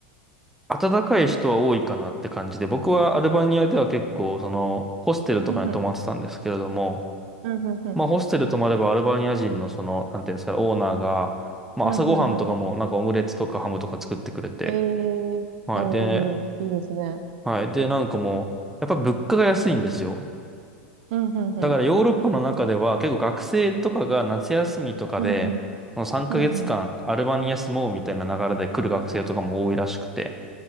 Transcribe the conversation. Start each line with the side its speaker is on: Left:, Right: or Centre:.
Centre: 暖かい人は多いかなって感じで、僕はアルバニアでは結構、その、ホステルとかに泊まってたんですけれども、
Right: うんうんうん、うんうん。
Centre: まあ、ホステル泊まればアルバニア人のその、なんていうんですかね、オーナーが、まあ、
Right: うん、
Centre: 朝ごはんとかも、
Right: うんうん。
Centre: なんかオムレツとかハムとか作ってくれて、
Right: ええおー、
Centre: はい。で、
Right: いいですね。
Centre: はい。で、なんかもう、やっぱ物価が安いんですよ。
Right: うん、うんうん。
Centre: だからヨーロッパの中では結構学生とかが夏休みとかで、
Right: うん、うん。
Centre: もう3ヶ月間アルバニア住もうみたいな流れで来る学生とかも多いらしくて。
Right: うん、う